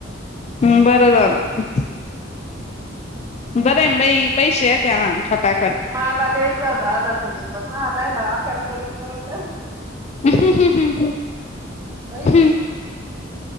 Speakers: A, on the left; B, on the right.
A: हम् बरं झालं. बर आये न भाई पैसे त्या ना खटा खट.
B: मला द्यायचां होता आदर त देत म राहिला अभ्यार करून करून.
A: अह हं हं हं हं
B: बाई
A: हम्.